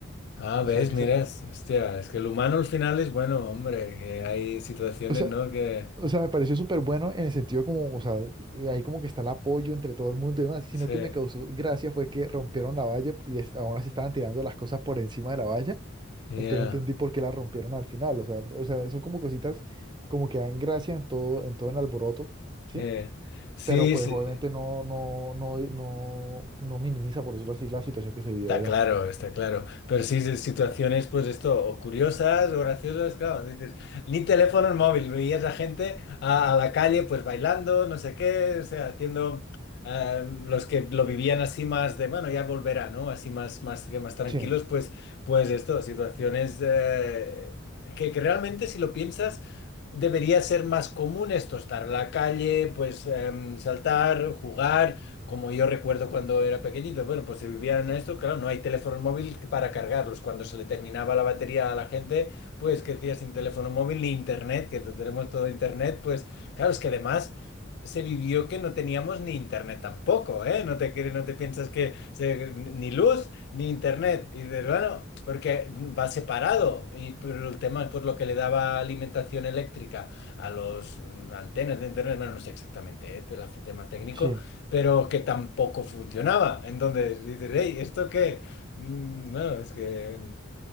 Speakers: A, on the left; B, on the right.
A: Ah,
B: O
A: ves,
B: sea, que
A: miras,
B: se-
A: hostia, es que el humano al final es bueno, hombre, que hay situaciones,
B: o sea,
A: ¿no? Que,
B: O sea, me pareció súper bueno en el sentido como, o sea, eh, ahí como que está el apoyo entre todo el mundo y demás, sino
A: sí,
B: que me causó gracia fue que rompieron la valla y es- aún así estaban tirando las cosas por encima de la valla,
A: ya,
B: entonces no entendí por qué la rompieron al final, o sea, o sea, son como cositas como que dan gracia en todo, en todo el alboroto, ¿sí?
A: eh, Sí,
B: Pero pues
A: sí.
B: obviamente no, no, no, no, no minimiza, por decirlo así, la situación que se vivió
A: Está
B: allá.
A: claro, está claro. Pero sí, sí, situaciones, pues esto, o curiosas o graciosas, claro, dices, ni teléfono ni móvil, veías a gente a, a la calle, pues bailando, no sé qué, o sea, haciendo eh, los que lo vivían así más de, bueno, ya volverá, ¿no? Así más, más, que más tranquilos,
B: Sí,
A: pues, pues esto, situaciones eh, que, que realmente si lo piensas, debería ser más común esto, estar en la calle, pues em, saltar, jugar como yo recuerdo cuando era pequeñito, bueno, pues se vivían a esto, claro, no hay teléfono móvil para cargarlos. Cuando se le terminaba la batería a la gente, pues que decía sin teléfono móvil ni internet, que tenemos todo internet, pues claro, es que además se vivió que no teníamos ni internet tampoco, ¿eh? No te, cre- no te piensas que se- ni luz ni internet. Y dices, bueno, porque va separado. Y pero el tema, pues lo que le daba alimentación eléctrica a los mm, antenas de internet, bueno, no sé exactamente, ¿eh? Tela- tema técnico
B: sí.
A: pero que tampoco funcionaba. Entonces dices, hey, ¿esto qué? Mm, Bueno, es que